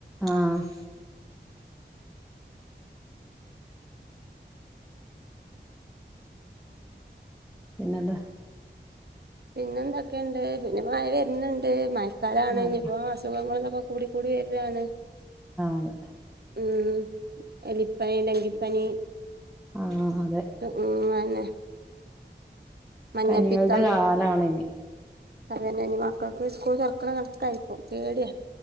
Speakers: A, in the centre; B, on the right (about 60°).
A: ആഹ് പിന്നെന്താ
B: പിന്നെ എന്തൊക്കെയുണ്ട് പിന്നെ മഴ വര്ന്ണ്ട് മഴക്കാലാണ്
A: ആ
B: ഇഞ്ഞ്പ്പോ അസ് സുഖങ്ങളും ഇതൊക്കെ കൂടി കൂടി വരലാണ്
A: അതെ
B: ഉം എലിപ്പനി ഡങ്കിപ്പനി
A: ആഹ് അതെ
B: ഉം അയന്നെ മഞ്ഞപ്പിത്തം
A: പനികളുടെ കാലാണ് ഇനി
B: അതന്നെ ഇഞ്ഞി മക്കക്ക് സ്കൂൾ തൊറക്കണത് കണക്കായിരിക്കും പേടിയാ